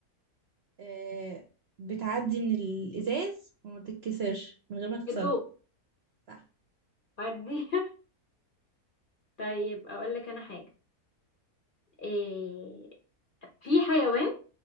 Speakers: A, on the right; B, on the left.
A: آه، بتعدي من الإزاز وما تتكسرش من غير ما تكسره
B: الضوء
A: صح
B: فردي <laughs> طيب اقول لك انا حاجه إيه في حيوان